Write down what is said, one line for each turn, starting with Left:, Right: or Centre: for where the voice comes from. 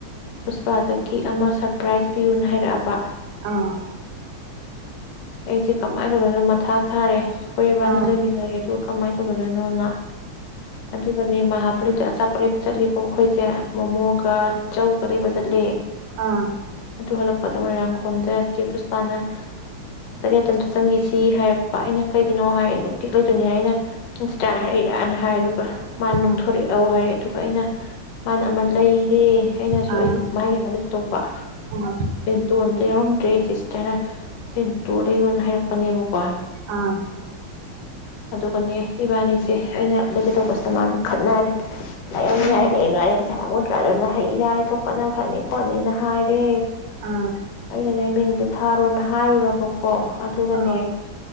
Left: ꯄꯨꯁꯄꯥꯇꯀꯤ ꯑꯃ ꯁꯔꯄ꯭ꯔꯥꯏꯁ ꯄꯤꯌꯨꯅ ꯍꯥꯏꯔꯛꯑꯕ
Right: ꯑꯥ
Left: ꯁꯤ ꯀꯃꯥꯏꯅ ꯇꯧꯗꯅ ꯃꯊꯥ ꯁꯥꯔꯦ ꯍꯈꯣꯏꯕꯥꯅꯤ
Right: ꯑꯥ ꯑꯥ
Left: ꯂꯩꯃꯤꯟꯅꯔꯦ ꯑꯗꯨ ꯀꯃꯥꯏꯅ ꯇꯧꯅꯗꯣꯏꯅꯣ ꯅ ꯑꯗꯨꯒꯅꯦ ꯃꯥ ꯍꯥꯄꯗ ꯑꯆꯥꯄꯣꯠꯂꯦꯞꯄ ꯆꯠꯂꯦꯕ ꯑꯩꯈꯣꯏꯁꯦ ꯃꯣꯃꯣꯒ ꯆꯧꯒ ꯂꯩꯕ ꯆꯠꯂꯦ
Right: ꯑꯥ
Left: ꯑꯗꯨ ꯍꯜꯂꯛꯄꯗꯣ ꯃꯣꯏꯔꯥꯡꯈꯣꯝꯗ ꯆꯦ ꯄꯨꯁꯄꯥꯅ ꯇꯔꯤꯌꯥꯇ ꯑꯝꯇ ꯆꯟꯈꯤꯁꯤ ꯍꯥꯏꯔ ꯄꯥ ꯑꯩꯅ ꯀꯩꯒꯤꯅꯣ ꯍꯥꯏ ꯀꯦꯛ ꯂꯩꯗꯣꯏꯅꯤ ꯍꯥꯏ ꯑꯩꯅ ꯅꯪ ꯆꯤꯇ꯭ꯔꯥꯅ ꯍꯥꯏꯔꯛꯏꯔꯅ ꯍꯥꯏꯔꯤꯕ ꯃꯥꯅ
Right: ꯑꯥ
Left: ꯅꯣꯛꯊꯣꯔꯛꯎ ꯍꯥꯏꯔꯛꯑꯦ ꯑꯗꯨꯒ ꯑꯩꯅ ꯃꯥꯅ ꯑꯃ ꯂꯩꯔꯦ ꯑꯩꯅꯁꯨ
Right: ꯑꯥ
Left: ꯑꯩꯒꯤ ꯃꯥꯒꯤ ꯑꯃꯗ ꯀꯩꯇꯣꯛꯄ
Right: ꯑꯥ
Left: ꯕꯦꯟꯇꯣ ꯑꯝꯇ ꯌꯥꯎꯔꯝꯗ꯭ꯔꯦ ꯁꯤ ꯀꯅ ꯄꯦꯟꯇꯣ ꯂꯩꯌꯣꯅ ꯍꯥꯏꯔꯛꯄ ꯐꯥꯅꯥ ꯃꯨꯀꯥ
Right: ꯑꯥ
Left: ꯑꯗꯨꯒꯅꯦ ꯏꯕꯥꯅꯤꯁꯦ ꯑꯩꯅ ꯂꯩꯒꯦ ꯇꯧꯕꯁꯤꯗ ꯃꯥꯅ ꯈꯠꯅꯔꯦ ꯂꯩ
Right: ꯎꯝ
Left: ꯌꯥꯔ ꯂꯩ ꯅꯨꯡꯔ ꯆ ꯃꯨꯗ꯭ꯔꯥ ꯑꯗꯨꯅ ꯍꯩ ꯔꯥ ꯂꯩꯊꯣꯛꯄꯅ ꯐꯅꯤ ꯈꯣꯠꯅꯤꯅ ꯍꯥꯏꯔꯦ
Right: ꯑꯥ
Left: ꯑꯩꯅꯅꯦ ꯃ ꯊꯥꯔꯣꯅ ꯍꯥꯏ ꯎꯔꯔꯕ ꯍꯣ ꯑꯗꯨꯒꯅꯦ
Right: ꯑꯥ